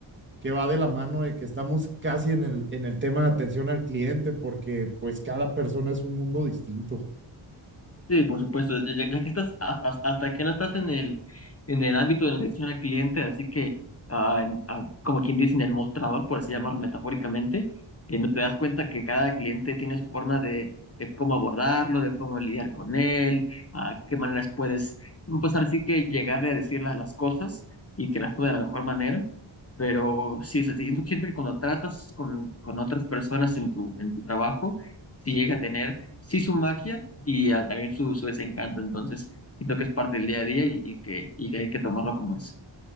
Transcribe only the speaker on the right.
que va de la mano de que estamos casi en el, en el tema de atención al cliente porque pues cada persona es un mundo distinto.